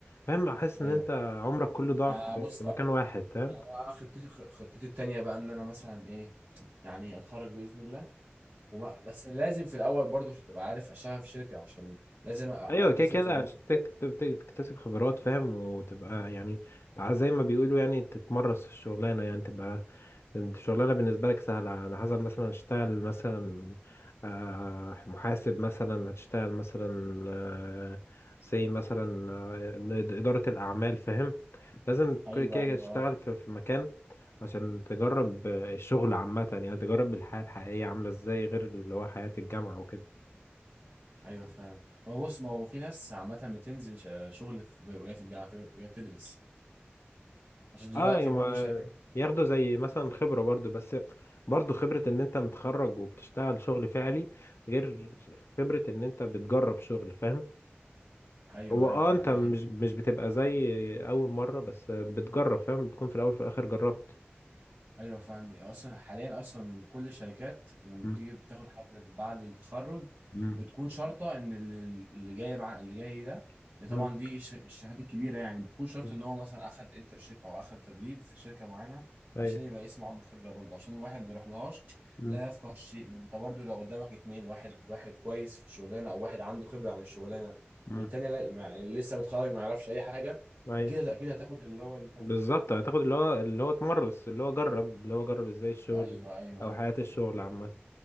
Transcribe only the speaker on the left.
فاهم احس ان
انت عمرك كله ضاع
في
في
مكان واحد فاهم
ايوه كده كده
عشان تك- تك- تكتسب خبرات فاهم وتبقى يعني تبقى زي ما بيقولوا يعني تتمرس في الشغلانه يعني تبقى انت الشغلانه بالنسبه لك سهله على حسب مثلا هتشتغل مثلا آه، محاسب مثلا هتشتغل مثلا آه، زي مثلا آه، اداره الاعمال فاهم لازم كل
كده
كده تشتغل
في في مكان عشان تجرب آه، الشغل عامه يعني تجرب الحياه الحقيقيه عامله ازاي غير اللي هو حياه الجامعه وكده
اه يما
ياخدوا زي مثلا خبرة برضو بس برضو خبرة ان انت متخرج وبتشتغل شغل فعلي غير خبرة ان انت بتجرب شغل فاهم
هو اه
انت مش
مش بتبقى زي اول مرة بس بتجرب فاهم بتكون في الاول وفي الاخر جربت
مم.
مم.
<clears throat> مم.
مم.
ايوه
مم.
مم.
ايوه
بالظبط هتاخد اللي هو اللي هو اتمرس اللي هو جرب اللي هو جرب ازاي الشغل
او
حياة الشغل عامة